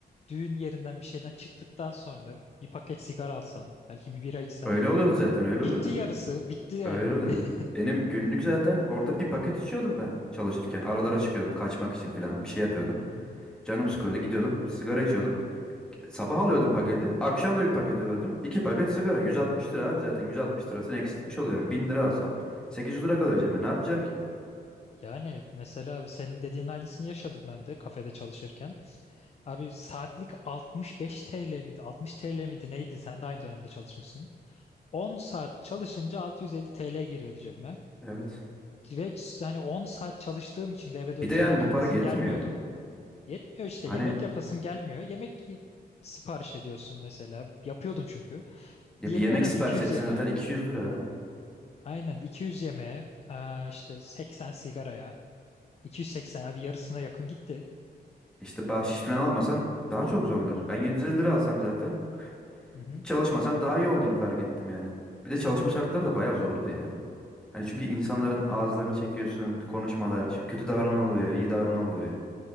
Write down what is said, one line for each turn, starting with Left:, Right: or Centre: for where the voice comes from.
Left: düğün yerinden bir şeyden çıktıktan sonra bir paket sigara alsan, belki bir bira içsen.
Centre: öyle oluyordu zaten öyle oluyordu.
Left: Gitti yarısı, bitti yani.
Centre: Öyle oluyordu.
Left: <laughs>
Centre: Benim günlük zaten orada bir paket içiyordum ben çalışırken. Aralara çıkıyordum kaçmak için falan bir şey yapıyordum.
Left: Hı hı.
Centre: Canım sıkıyordu gidiyordum sigara içiyordum. Sabah alıyordum paketi. Akşam da bir paket alıyordum. İki paket sigara. 160 lira abi zaten. 160 lirasını eksiltmiş oluyorum. 1000 lira alsam 800 lira kalıyor cebime. Ne yapacağım ki?
Left: Yani mesela senin dediğin aynısını yaşadım ben de kafede çalışırken. Abi saatlik 65 TL miydi? 60 TL miydi neydi? Sen de aynı dönemde çalışmışsın. 10 saat çalışınca 650 TL giriyordu cebime.
Centre: Evet.
Left: Ve ç- hani 10 saat çalıştığım için de eve dönünce
Centre: Bir de yani
Left: yemek
Centre: bu
Left: yapasım
Centre: para yetmiyor.
Left: gelmiyordu. Yetmiyor işte
Centre: Hani
Left: yemek yapasım gelmiyor. Yemek y- sipariş ediyorsun mesela. Yapıyordum çünkü.
Centre: ya
Left: Diyelim
Centre: bir yemek
Left: en az
Centre: sipariş
Left: 200
Centre: etsen
Left: yemeğe.
Centre: zaten 200 lira ha.
Left: Aynen 200 yemeğe aa, işte 80 sigaraya. 280 abi yarısına yakın gitti.
Centre: İşte bahşiş falan almasan daha çok zorlar. Ben 750 lira alsam zaten
Left: Hı hı,
Centre: hiç çalışmasam daha iyi olduğunu fark ettim yani. Bir de çalışma şartları da bayağı zordu ya. Hani çünkü insanların ağızlarını çekiyorsun, konuşmalar, şu kötü davranan oluyor, iyi davranan oluyor.